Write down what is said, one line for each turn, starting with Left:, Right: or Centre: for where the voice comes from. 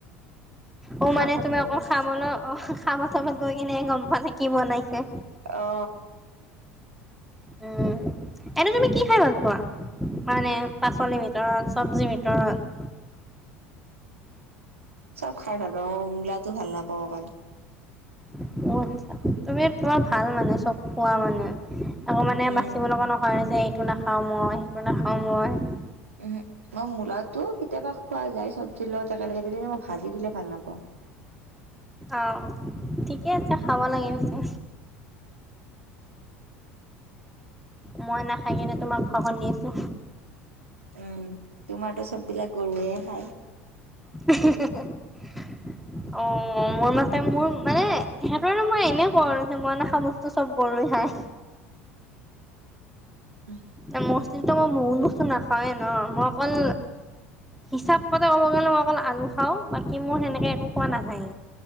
Centre: অ
Right: খাবৰ
Centre: মানে তুমি
Right: টাইমত
Centre: আকৌ খামলৈ অ খাম চাবত গৈ কিনে গম পোৱা নেকি কি বনাইছে
Right: অ
Centre: উম এনে তুমি কি খাই ভাল পোৱা মানে পাচলিৰ ভিতৰত চব্জিৰ ভিতৰত
Right: চব খাই ভাল পাও মই মূলাটো ভাল নাপাও অকল
Centre: অ' আটচা তুমি তোমাৰ ভাল মানে চব খোৱা মানে। আকৌ মানে
Right: উম।
Centre: বাচিব লগা নহয় যে এইটো নাখাও মই সেইটো নাখাও মই।
Right: উম, মই মূলাটোও কেতিয়াবা খোৱা যায় চব্জিৰ লগত একেলগে দিলি নে মই ভাজি দিলে ভাল নাপাওঁ।
Centre: অ', ঠিকে আছে খাব লাগে পিছে। মই নাখাই কিনে তোমাক ভাখন দি আছোঁ।
Right: উম, তোমাৰ তো চববিলাক গৰুহে খায়।
Centre: <unintelligible> অ' মোৰ মতে মোৰ মানে সেইকাৰণে মই এনে কও আৰু ন যে মই নাখাও বস্তু চব গলো খাই।
Right: উম
Centre: এ মছলিতো মই বহুত মস্তু নাখাওৱেই ন মই অকল হিচাপ মতে ক'ব গলে মই অকল আলু খাও বাকী মোৰ সেনেকে একো কোৱা নাযায়।